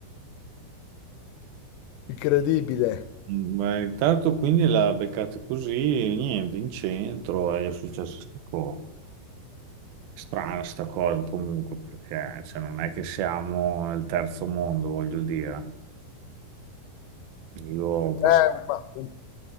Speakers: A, on the left; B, on the right.
A: Incredibile.
B: Mm, Ma intanto quindi l'ha beccato così, niente, in centro e è successo queste cose. Strana sta cosa comunque, perché cioè, non è che siamo nel terzo mondo, voglio dire. Io
A: Eh,
B: passo...
A: ma u-